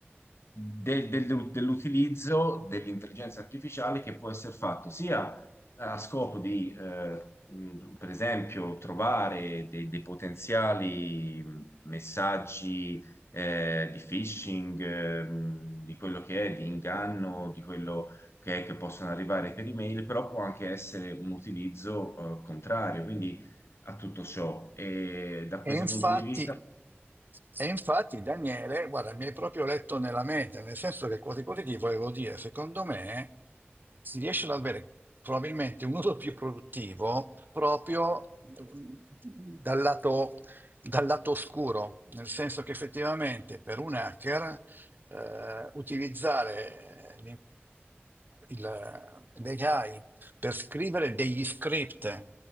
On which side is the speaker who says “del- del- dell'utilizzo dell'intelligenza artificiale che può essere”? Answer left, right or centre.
Left